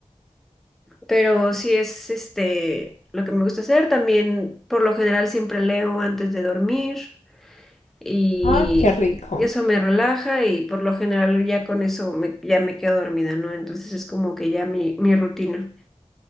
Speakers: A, in the centre; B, on the left.
A: pero sí es este lo que me gusta hacer. También, por lo general, siempre leo antes de dormir y
B: Ay, qué rico.
A: eso me relaja y por lo general ya con eso me- ya me quedo dormida, ¿no? Entonces es como que ya mi, mi rutina.